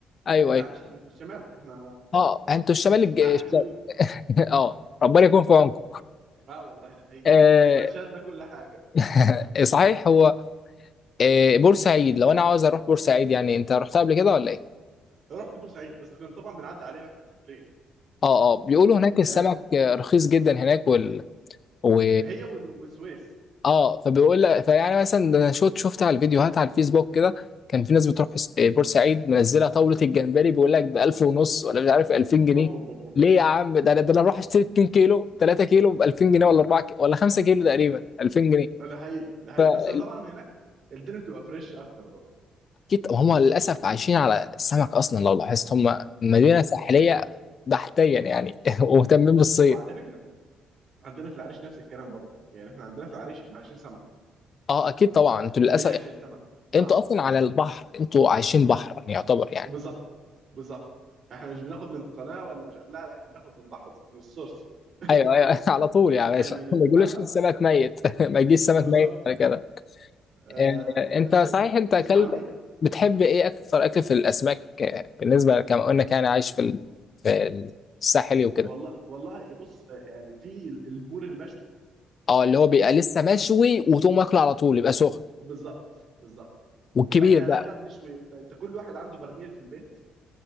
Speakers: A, on the left; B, on the right.
A: ايوه
B: احنا
A: ايوه
B: عارفين احنا في الشمال احنا
A: اه انتوا الشمال الج... الشمال.
B: على الحدود
A: <laughs> اه ربنا
B: مم.
A: يكون في عونكم
B: اه والله ده حقيقي
A: آه
B: يعني احنا شاهدنا كل حاجة يعني
A: <laughs> صحيح هو آه بورسعيد لو انا عاوز اروح بورسعيد يعني انت رحتها قبل كده ولا ايه؟
B: رحت بورسعيد بس كنا طبعا بنعدي عليها واحنا مسافرين
A: اه اه بيقولوا هناك السمك
B: آه
A: آه، رخيص جدا هناك وال و
B: هي وال- والسويس
A: اه فبيقول لك فيعني مثلا ده انا شفت شفت على الفيديوهات على الفيسبوك كده كان في ناس بتروح س- بورسعيد منزله طاوله الجمبري بيقول لك ب 1000 ونص ولا مش عارف 2000 جنيه
B: اوب اوب اوب
A: ليه
B: اوب
A: يا عم ده انا ده انا اروح اشتري 2 كيلو 3 كيلو ب 2000 جنيه ولا 4 كيلو ولا 5 كيلو تقريبا 2000 جنيه
B: أوب. ده حقيقي ده حقيقي
A: فاكيد
B: بس طبعا هناك الدنيا بتبقى فريش اكتر برضه
A: هم للاسف عايشين على السمك اصلا لو لاحظت هم مدينه
B: مم.
A: ساحليه بحتيا يعني <laughs> ومهتمين بالصيد
B: وعلى فكرة عندنا في العريش نفس الكلام برضه يعني احنا عندنا في العريش احنا عايشين سمك
A: اه اكيد طبعا انتوا للاسف
B: بنعشق
A: يعني
B: السمك اه
A: انتوا اصلا على البحر انتوا عايشين بحر يعني يعتبر يعني
B: بالظبط بالظبط احنا مش بناخد من القناه ولا مش لا لا احنا بناخد من البحر من السورس <laughs>
A: ايوه ايوه <laughs> على طول يا باشا
B: من
A: <laughs>
B: المنبع
A: ما يقولوش السمك
B: بتاع السمك
A: ميت <laughs> ما يجيش سمك
B: آه بالظبط
A: ميت ولا كده
B: آه
A: آه،
B: بس
A: انت صحيح انت
B: اسماعيليه
A: كلب بتحب
B: مم.
A: ايه اكثر اكل في الاسماك آه، بالنسبه كما قلنا كان عايش في ال- في الساحلي وكده
B: والله والله بص آه، يعني في البور المشوي
A: اه اللي هو بيبقى لسه مشوي وتقوم واكله على طول يبقى سخن
B: بالظبط بالظبط
A: والكبير
B: واحنا
A: بقى
B: هناك بقى بنشوي انت انت كل واحد عنده برميل في البيت